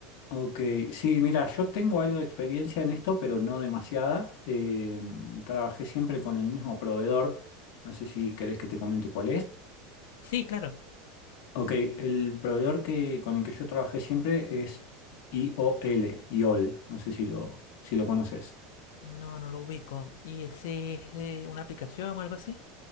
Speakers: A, on the left; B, on the left.
A: Ok, sí, mira, yo tengo algo de experiencia en esto, pero no demasiada. Eh, trabajé siempre con el mismo proveedor. No sé si querés que te comente cuál es.
B: Sí, claro.
A: Ok, el proveedor que, con el que yo trabajé siempre es IOL, IOL. No sé si lo, si lo conoces.
B: No, no lo ubico. ¿Y ese es eh, una aplicación o algo así?